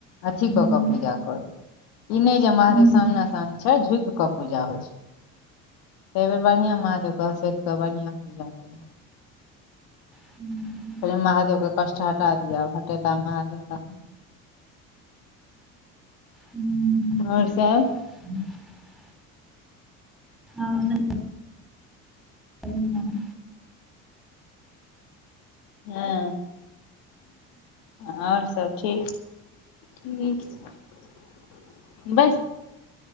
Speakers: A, on the left; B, in the centre.
A: अथी
B: हूँ
A: कऽ कऽ पूजा करू ई नै जे महादेव
B: हूँ
A: सामना सामनी छैथ झुकि कऽ पूजा होय छैय। अइ बेेर बढ़िआँ महादेव के हंसोथि कऽ बढ़िआँ पूजा केल
B: <inaudible>
A: कहलियैन महादेवके कष्ट हटा दिय आब हटेता महादेव तहन ना।
B: हूँ
A: और सब
B: <inaudible> और सब। बढ़िया
A: हँ और सब ठीक ठीक छैय बैस